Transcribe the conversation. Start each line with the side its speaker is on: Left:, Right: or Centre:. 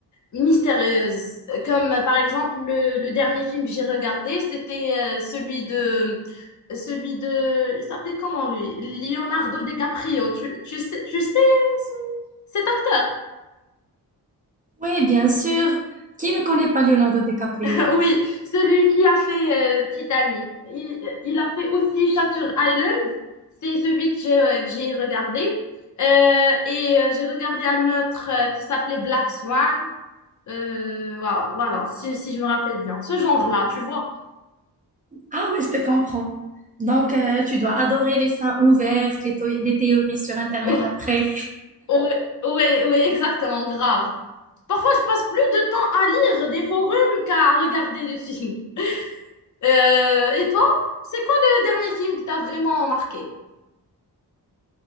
Left: mystérieuse. Comme euh, par exemple le, le dernier film que j'ai regardé, c'était euh, celui de Celui de... Il s'appelait comment lui? Leonardo DiCaprio. Tu, tu sais, tu sais ce- cet acteur?
Right: Oui, bien sûr. Qui ne connaît pas Leonardo DiCaprio?
Left: <laughs> Oui, celui qui a fait euh, Titanic. Il, il a fait aussi Shutter Island. C'est celui que j'ai euh, que j'ai regardé. Euh, et euh, j'ai regardé un autre euh, qui s'appelait Black Swan. Euh, voilà, voilà, si, si je me rappelle bien. Ce genre-là, tu vois.
Right: Ah oui, je te comprends. Donc, euh, tu dois adorer les fins ouvertes, les, théo- les théories sur Internet
Left: <laughs>
Right: après.
Left: Oui, oui, oui, exactement, grave. Parfois, je passe plus de temps à lire des forums qu'à regarder des films. Euh, et toi, c'est quoi le dernier film qui t'a vraiment marqué?